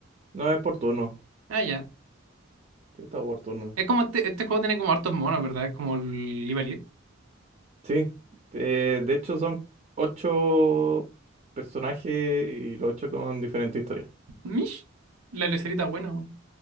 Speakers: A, on the right; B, on the right.
A: No es por turno.
B: Ah, ya.
A: Sí, está por turno.
B: Es como este, este juego tiene como hartos monos, ¿verdad? Es Como el Live Elite.
A: Sí. Eh, de hecho, son ocho personajes y los ocho con diferentes historias.
B: Mish, la lecerita buena, weón.